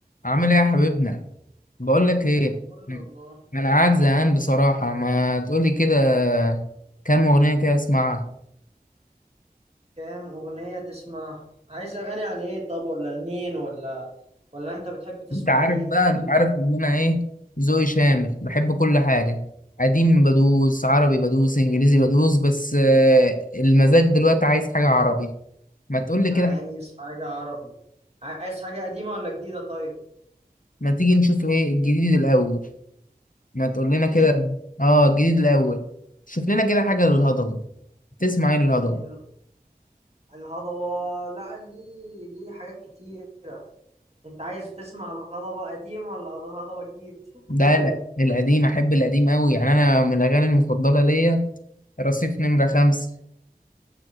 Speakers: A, on the left; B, on the right.
A: عامل ايه يا حبيبنا بقول لك ايه
B: زي الفل والله
A: انا قاعد زهقان بصراحه ما تقولي كده كام اغنيه كده اسمعها
B: كام أغنية تسمعها عايز أغاني عن إيه طب ولا لمين ولا ولا أنت بتحب تسمع
A: انت عارف
B: مين
A: بقى
B: الكلام
A: انت عارف
B: ده
A: ان انا ايه ذوقي شامل بحب كل حاجه قديم بدوس عربي بدوس انجليزي بدوس بس آه، المزاج دلوقتي عايز حاجه عربي ما تقولي
B: عايز
A: كده
B: حاجة عربي عايز حاجة قديمة ولا جديدة طيب
A: ما تيجي نشوف ايه الجديد الاول ما تقول
B: الجديد
A: لنا كده اه الجديد الاول شوف لنا كده حاجه للهضبه تسمع ايه للهضبه
B: ال- الهضبة لا ليه ليه حاجات كتيرة أنت عايز تسمع الهضبة قديم ولا الهضبة جديد
A: ده
B: تفرق
A: لا القديم احب القديم قوي يعني انا من الاغاني المفضله ليا رصيف نمره خمسة